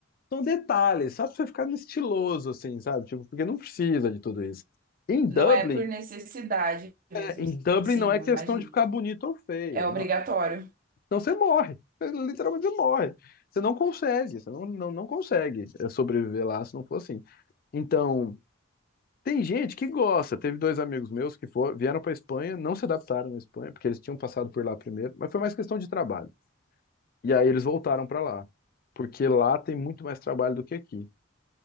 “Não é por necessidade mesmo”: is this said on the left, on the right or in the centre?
Right